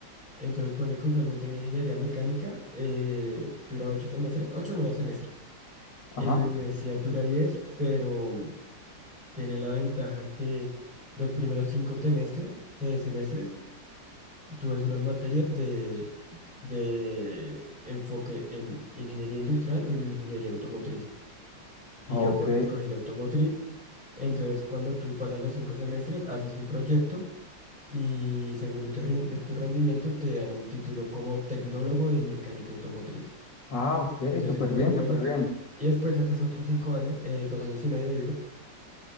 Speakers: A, in the centre; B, on the left.
A: Entonces ponle que usualmente la ingeniería mecánica eh, dura ocho semestres, ocho o nueve semestres. En
B: ajá,
A: mi universidad dura 10 pero mm, tiene la ventaja que los primeros cinco semestres, semestres, tú ves unas materias de, de enfoque en ingeniería industrial o ingeniería automotriz y
B: ok.
A: yo co- escogí la automotriz. Entonces, cuando tú pasas los cinco semestres, haces un proyecto y según tu, ren- de tu rendimiento te dan un título como tecnólogo en mecánica automotriz.
B: Ah, ok,
A: Entonces,
B: súper
A: es súper
B: bien,
A: bueno.
B: súper bien.
A: Y después haces otros cinco años, eh, dos años y medio, digo,